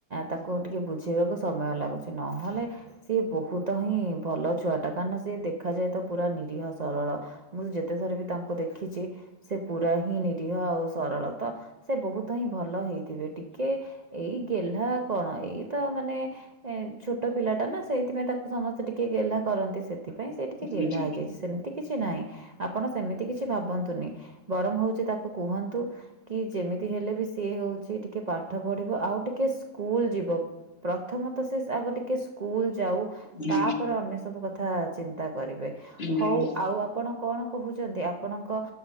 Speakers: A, on the right; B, on the left.
A: ତାକୁ ଟିକେ ବୁଝେଇବାକୁ ସମୟ ଲାଗୁଛି ନହେଲେ ସିଏ ବହୁତ ହିଁ ଭଲ ଛୁଆଟା କାଇଁ ନା ସିଏ ଦେଖାଯାଏ ତ ପୁରା ନିରିହ ସରଳ। ମୁଁ ଯେତେଥର ବି ତାଙ୍କୁ ଦେଖିଛି ସେ ପୁରା ହିଁ ନିରୀହ ଆଉ ସରଳ ତ ସେ ବହୁତ ହିଁ ଭଲ ହେଇଥିବେ ଟିକେ ଏଇ ଗେହ୍ଲା କଣ ଏଇ ତ ମାନେ ଏ ଛୋଟ ପିଲାଟା ନା ସେଇଥିପାଇଁ ତାକୁ ସମସ୍ତେ ଟିକେ ଗେହ୍ଲା କରନ୍ତି ସେ ସେଥିପାଇଁ ସେ ଟିକେ
B: ହୁଁ
A: ଗେହ୍ଲା ହେଇଯାଇଛି ସେମିତି କିଛି ନାହିଁ। ଆପଣ ସେମିତି କିଛି ଭାବନ୍ତୁନି ବରଂ ହଉଛି ତାକୁ କୁହନ୍ତୁ କି ଯେମିତି ହେଲେ ବି ସିଏ ହଉଛି ଟିକେ ପାଠ ପଢିବ ଆଉ ଟିକେ ସ୍କୁଲ ଯିବ ପ୍ରଥମ ତ ଆଗ ଟିକେ ସ୍କୁଲ ଯାଉ
B: ହୁଁ
A: ତାପରେ ଅନ୍ୟ ସବୁ କଥା ଚିନ୍ତା କରିବେ
B: ହୁଁ
A: ହଉ ଆଉ ଆପଣ କଣ କହୁଛନ୍ତି ଆପଣଙ୍କ